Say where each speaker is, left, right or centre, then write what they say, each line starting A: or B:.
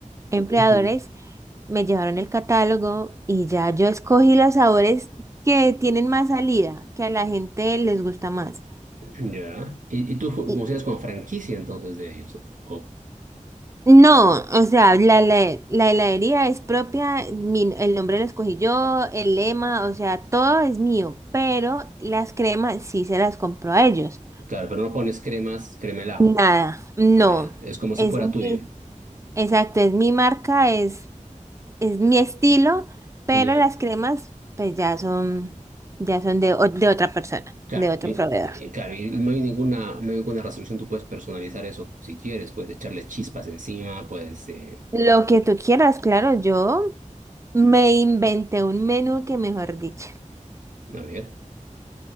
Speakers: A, on the right; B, on the right.
A: empleadores.
B: Ujú.
A: Me llevaron el catálogo y ya yo escogí los sabores que tienen más salida, que a la gente les gusta más.
B: Ya. Y, y tú fu-
A: Y-
B: funcionas con franquicia entonces de ellos. ¿no? O,
A: No, o sea, la, la, la heladería es propia, mi- el nombre lo escogí yo, el lema, o sea, todo es mío, pero las cremas sí se las compro a ellos.
B: claro, pero no pones cremas, crema helado.
A: Nada, no,
B: Ah, ya. Es como si
A: es
B: fuera
A: mi,
B: tuyo.
A: exacto, es mi marca, es, es mi estilo, pero
B: Ya.
A: las cremas pues ya son, ya son de, o- de otra persona,
B: Claro,
A: de otro
B: eh,
A: proveedor.
B: eh, claro, y no hay ninguna, no hay ninguna resolución, tú puedes personalizar eso si quieres, puedes echarle chispas encima, puedes, eh,
A: Lo que tú quieras, claro, yo me inventé un menú que mejor dicho.
B: a ver,